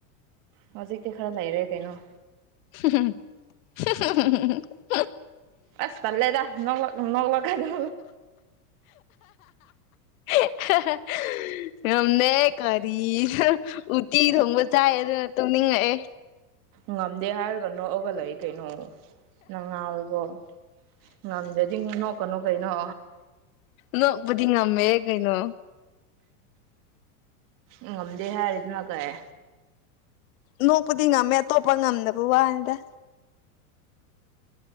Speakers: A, on the right (about 45°); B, on the left (about 65°).
A: ꯍꯧꯖꯤꯛꯇꯤ ꯈꯔ ꯂꯩꯔꯦ ꯀꯩꯅꯣ
B: <inaudible>
A: ꯑꯁ ꯇꯜꯂꯦꯗ ꯅꯣꯛꯂꯛ ꯅꯣꯛꯂꯛ ꯀꯅꯨ
B: <inaudible> ꯉꯝꯅꯦꯛ ꯀꯔꯤꯅꯣ ꯎꯇꯤ ꯊꯣꯡꯕ ꯆꯥꯏ ꯑꯗꯨꯅ ꯇꯨꯝꯅꯤꯡꯉꯛꯑꯦ
A: ꯉꯝꯗꯦ ꯍꯥꯏꯔꯒ ꯅꯣꯛꯑꯒ ꯂꯩ ꯀꯩꯅꯣ꯫ ꯅꯪ ꯉꯥꯎꯔꯕꯣ ꯉꯝꯗꯗꯤ ꯅꯣꯛꯀꯅꯣ ꯀꯩꯅꯣ꯫
B: ꯅꯣꯛꯕꯗꯤ ꯉꯝꯃꯦ ꯀꯩꯅꯣ꯫
A: ꯉꯝꯗꯦ ꯍꯥꯏꯔꯤꯗꯨꯅ ꯀꯩ
B: ꯅꯣꯛꯄꯗꯤ ꯉꯝꯃꯦ ꯑꯇꯣꯞꯄ ꯉꯝꯗꯕ ꯋꯥꯅꯤꯗ꯫